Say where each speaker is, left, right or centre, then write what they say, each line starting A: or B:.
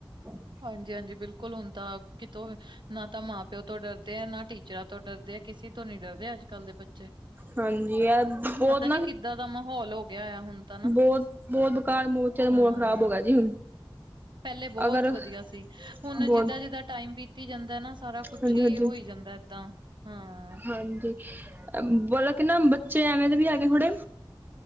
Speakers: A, on the right; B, on the right.
A: <inaudible>
B: ਹਾਂਜੀ-ਹਾਂਜੀ, ਬਿਲਕੁਲ ਹੁਣ ਤਾਂ। ਕਿਤੋਂ ਨਾ ਤਾਂ ਮਾਂ ਪਿਓ ਤੋਂ ਡਰਦੇ ਹੈ। ਨਾ ਟੀਚਰਾਂ ਤੋਂ ਡਰਦੇ ਆ। ਕਿਸੇ ਤੋਂ ਨੀ ਡਰਦੇ ਅੱਜ ਕੱਲ੍ਹ ਦੇ ਬੱਚੇ।
A: ਹਾਂਜੀ ਇਹ ਬਹੁਤ
B: ਪਤਾ ਨੀ ਕਿੱਦਾਂ ਦਾ ਮਾਹੌਲ ਹੋ ਗਿਆ ਹੁਣ। ਤਾਂ ਨਾ
A: ਬਹੁਤ-ਬਹੁਤ ਬਕਾਰ ਮੋਰਚੇ ਦਾ ਮੋਲ
B: ਹਾਂ,
A: ਖਰਾਬ ਹੋ ਗਿਆ ਜੀ।
B: ਪਹਿਲੇ ਬਹੁਤ
A: ਅਗਰ
B: ਵਧੀਆ ਸੀ। ਹੁਣ
A: ਬਹੁਤ
B: ਜਿੱਦਾਂ-ਜਿੱਦਾਂ ਟਾਈਮ ਬੀਤੀ ਜਾਂਦਾ ਨਾ। ਸਾਰਾ ਕੁਛ
A: ਹਾਂਜੀ
B: ਹੀ।
A: ਹਾਂਜੀ
B: ਹੋਈ ਜਾਂਦਾ ਏਦਾਂ ਹਾਂ।
A: ਹਾਂਜੀ ਬਤਲਬ ਕਿ ਨਾ ਬੱਚੇ ਐਵੇਂ ਦੇ ਵੀ ਹੈਗੇ ਹਥੜੇ